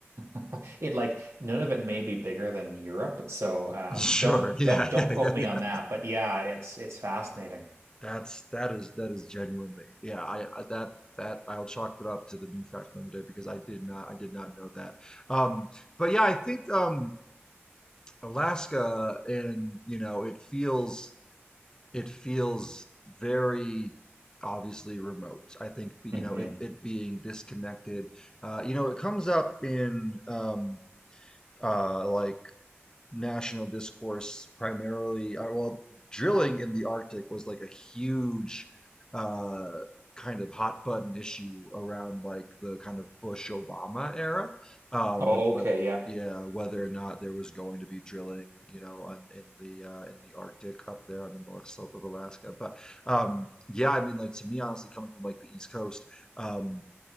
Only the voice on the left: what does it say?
Sure.
Yeah.
<laughs> Yeah.
Yeah.
Yeah.
That's that is that is genuinely. Yeah. I, I that that I'll chalk it up to the new fact of the day because I did not I did not know that. Um, but yeah, I think um, Alaska and you know it feels it feels very obviously remote. I think you
know it it being disconnected. Uh, you know it comes up in um, uh, like national discourse primarily uh, well drilling in the Arctic was like a huge uh, kind of hot button issue around like the kind of Bush Obama era um,
like what
yeah whether or not there was going to be drilling you know on, in the uh, in the Arctic up there on the north slope of Alaska but um, yeah I mean like to me honestly coming from like the East Coast um,